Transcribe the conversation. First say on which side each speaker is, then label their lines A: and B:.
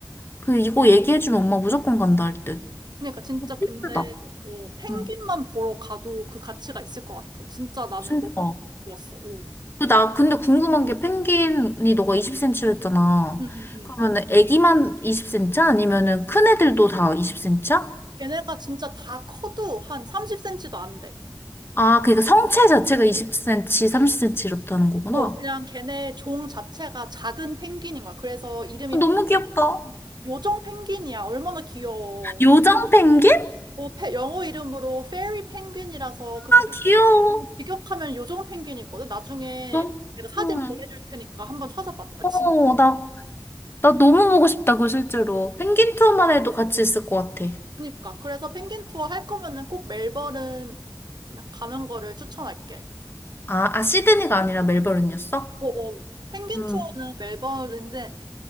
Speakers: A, on the left; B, on the right.
A: 그, 이거 얘기해주면 엄마 무조건 간다 할 듯.
B: 그러니까 진짜
A: 어, 필수다.
B: 근데 어, 펭귄만
A: 응,
B: 보러 가도 그 가치가 있을 것 같아. 진짜 나는
A: 진짜.
B: 너무 좋았어. 어. 음,
A: 그 나 근데 궁금한 게 펭귄이 너가 2 0 c m 였 했잖아.
B: 음, 음.
A: 그러면은 애기만 20cm 아니면은 큰 애들도 다 20cm야?
B: 걔네가 진짜 다 커도 한 30cm도 안 돼.
A: 아, 그러니까 성체 자체가 20cm, 30cm 이렇다는 거구나.
B: 어, 그냥 걔네 종 자체가 작은 펭귄인 거야. 그래서 이름이
A: 아, 너무
B: 펭귄,
A: 귀엽다.
B: 요정 펭귄이야. 얼마나 귀여워.
A: 요정 펭귄? 아,
B: 어, 페- 영어 이름으로 페리 펭귄이라서 그게
A: 귀여워.
B: 너무 직역하면 요정 펭귄이거든. 나중에
A: 너,
B: 내가 사진
A: 응.
B: 보내줄 테니까 한번 찾아봐. 아,
A: 어, 나, 나 너무 보고 싶다, 그거 실제로. 펭귄 투어만 해도 같이 있을 것 같아.
B: 그러니까 그래서 펭귄 투어 할 거면은 꼭 멜버른 가는 거를 추천할게.
A: 아, 아, 시드니가 아니라 멜버른이었어?
B: 어, 어. 펭귄
A: 음.
B: 투어는 멜버른인데